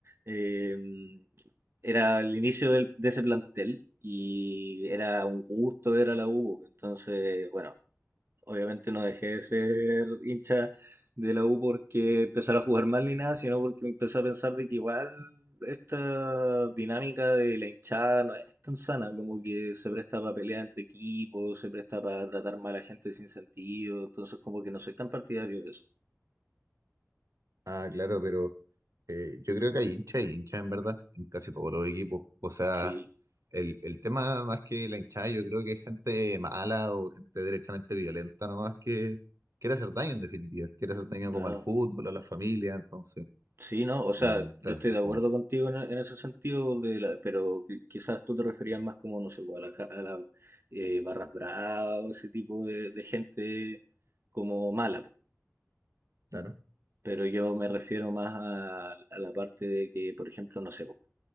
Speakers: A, on the right; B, on the right.
A: eh, era el inicio del- de ese plantel y era un gusto ver a la U, entonces, bueno. Obviamente no dejé de ser hincha de la U porque empezara a jugar mal ni nada, sino porque empecé a pensar de que igual esta dinámica de la hinchada no es tan sana, como que se presta para pelear entre equipos, se presta para tratar mal a gente sin sentido, entonces como que no soy tan partidario de eso.
B: Ah, claro, pero eh, yo creo que hay hincha y hincha en verdad en casi todos los equipos. O sea,
A: Sí.
B: el, el tema más que la hinchada, yo creo que es gente mala o gente directamente violenta nomás que quiere hacer daño en definitiva. Quiere hacer daño
A: Claro.
B: como al fútbol, a la familia, entonces,
A: Sí, ¿no? O sea,
B: eh, claro,
A: yo estoy
B: eso
A: de
B: está
A: acuerdo
B: mal.
A: contigo en, e- en ese sentido, de la- pero qui- quizás tú te referías más como, no sé, pues, a las a las, eh, barras bravas o ese tipo de, de gente como mala, po.
B: Claro.
A: Pero yo me refiero más a, a la parte de que, por ejemplo, no sé, po,